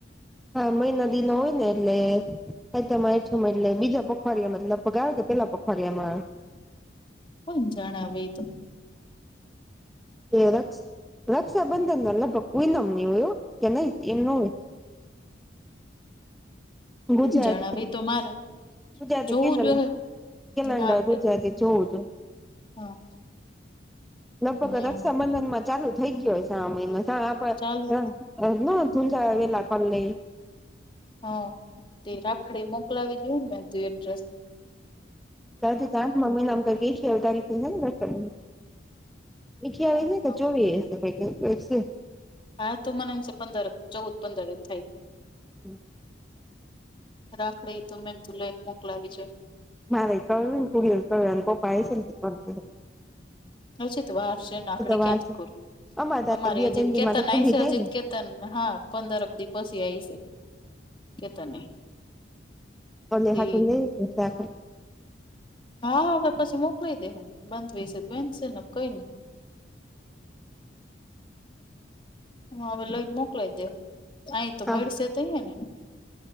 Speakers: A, in the centre; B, on the left.
A: હા મહિના દિ ન હોય ને એટલે હ તમાંઠ એટલે બીજા પખવાડિયા મતબ ગાવ કે પેલા પખવાડિયામાં
B: કોણ જાણે એતો.
A: એ રક્ષ રક્ષાબંધન લગભગ કોઈ નામનીયો. કે નય એ ન હોય. ગુજરાતી
B: જણાવી તો મારે.
A: ગુજરાતી
B: જોવું
A: કે
B: જોઈએ
A: કેલેન્ડર
B: હા કે
A: ગુજરાતી જોવું તો
B: હા
A: ના બગ
B: ને
A: સંબંધાનમાં ચાલુ થઈ ગયોય મહિનો આપડ
B: ચાલુ
A: ન ઝુંઝા વેલા ક લઈ.
B: હા તે રાખડી મોકલાવી જોઈએ ને ત એડ્રેસ.
A: એ તાત મહિનામાં થી <unintelligible> અઇઠ્યાવીસ
B: ક્યાંક
A: કે ચોવી કે.
B: હા તો મનેમ છે પંદર ચૌદ પંદર જ થાય.
A: હમ.
B: રાખડીે તો મે એમ ત લઈને લક લાવી જાય
A: મારે કળ ને કુડીઓ ક અને પપ્પ હ છે.
B: હજીત વાર છે નાકડી
A: વાર
B: ક્યાં
A: છે
B: કુલ
A: અમારે
B: અમારી
A: તો બે
B: અજીત
A: ત્રણ દી
B: કેતા
A: માં તો
B: નાઈ
A: પૂગી
B: છે
A: જાય
B: અજીત
A: ને
B: કે તન હા પંદર એક દી પછી આય છે. કેતાને
A: ઓલે
B: તે
A: હાટું લઈ રાખે
B: હા હવે પછી મોકલા દે બંધશેન છે ને કઈ નઈ. હું હવે લઈને મોકલાય દે અહી તો
A: હા
B: મળશે તો ને.